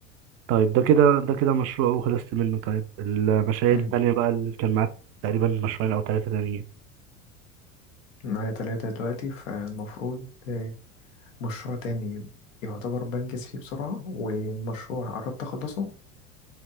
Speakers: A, on the right; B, on the left.
A: طيب ده كده ده كده مشروع وخلصت منه طيب المشاريع
B: مم.
A: التانية بقى اللي كان معاك تقريبا مشروعين او ثلاثة تانيين
B: معايا تلاتة دلوقتي فالمفروض آه، مشروع تاني يعتبر بنجز فيه بسرعة ومشروع قربت أخلصه